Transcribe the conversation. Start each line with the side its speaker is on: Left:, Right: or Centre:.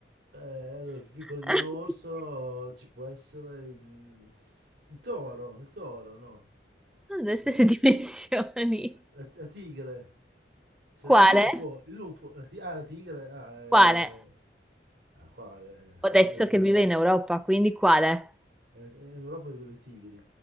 Right: Eh, allora, più piccolo di
Centre: <laughs>
Right: un orso ci può essere il, il toro, il toro, no?
Centre: Sono delle stesse
Right: No.
Centre: dimensioni.
Right: La, la tigre. C'era-
Centre: Quale?
Right: Il lupo, il lupo. La ti- ah, la tigre. Ah, eh.
Centre: Quale?
Right: Ah, qua, eh, la
Centre: Ho
Right: tigre.
Centre: detto che vive in Europa, quindi quale?
Right: eh, eh, In Europa vivono le tigri.